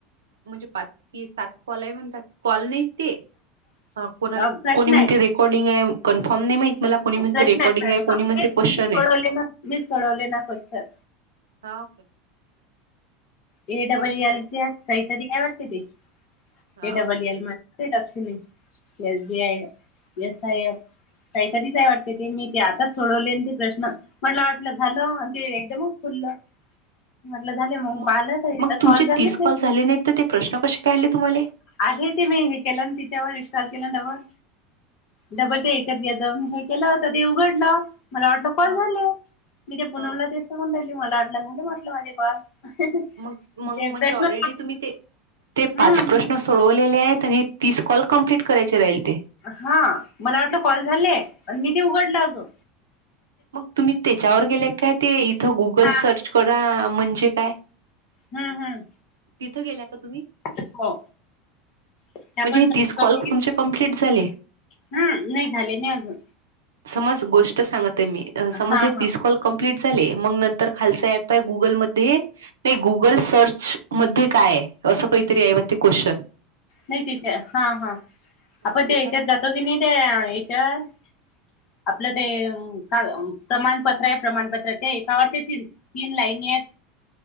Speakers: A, on the right; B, on the left.
A: म्हणजे? पाच की सात कॉल आहे. म्हणतात कॉल नाहीत ते.
B: <inaudible>
A: कोणाला?
B: अ, प्रश्न
A: कोणी? म्हणते
B: आहेत
A: रेकॉर्डिंग आहे. कन्फर्म नाही माहित मला. कोणी? म्हणते
B: प्रश्न
A: रेकॉर्डिंग
B: आहेत प्रश्न
A: आहे कोणी? म्हणते.
B: मीच
A: क्वेश्चन
B: मी सोडवले
A: आहेत.
B: ना, मी सोडवले ना क्वेश्चन.
A: हाव. Okay.
B: A. Double
A: question
B: L.
A: आहे
B: चे काहीतरी काय? वाटते ते
A: हा
B: ए.
A: ओके.
B: Double L. मध्ये. <unintelligible> S. B. I. S. I. S. काहीतरी आहे वाटत. ते मी ते आताच सोडवले ते प्रश्न. मला वाटलं झालं. ते एकदमच खुलं म्हटलं झाले मग.
A: मग
B: पाहिलं तर
A: मग तुमचे
B: कॉल झाले
A: तीस
B: ते
A: कॉल झाले नाही, तर ते प्रश्न कसे काय आले तुम्हाले?
B: आजही, तिने हे केलं तिच्यावर इनस्टॉल केल डबल. डबल ते ह्याच्यात जाऊन हे केलं होत ते.. उघडलं. मला वाटलं कॉल
A: ह
B: झाले. मी त्या पुनमला
A: ह
B: ते म्हणून राहिली. मला वाटलं झाले, म्हटलं माझे कॉल.
A: मग मग,
B: ते
A: म्हणजे
B: प्रश्न
A: ऑलरेडी तुम्ही ते... ते
B: हम्म
A: पाच प्रश्न. प्रश्न सोडवलेले आहेत. आणि तीस कॉल कम्प्लीट करायचे राहील ते.
B: हा. मला वाटलं कॉल झालेय. मी ते उघडलं अगं.
A: मग, तुम्ही त्याच्यावर गेले काय? ते इथं गुगल
B: हा
A: सर्च करा म्हणजे काय?
B: हम्म. हम्म.
A: तिथं गेल्या का? तुम्ही?
B: <inaudible> हो.. ते आपण
A: म्हणजे हे
B: सतो
A: तीस कॉल
B: हम
A: तुमचे कम्प्लीट झाले.
B: नाही झाले नाही अजून.
A: समज गोष्ट सांगत आहे. मी समज
B: हा
A: हे
B: हा
A: तीस कॉल. कंप्लीट झाले. मग नंतर खालच ऍप आहे. गुगलमध्ये. नाही गुगल सर्चमध्ये काय आहे? असं काहीतरी हाय ते क्वेशचन.
B: नाही तिच्या हा हा, आपण
A: मग
B: त्या
A: त्याच्यातले
B: हच्यात जातो की नाही त्या याच्यात. आपलं ते का? प्रमाणपत्र आहे. प्रमाणपत्र ते एकावर ते तीन. तीन लाईनी आहेत.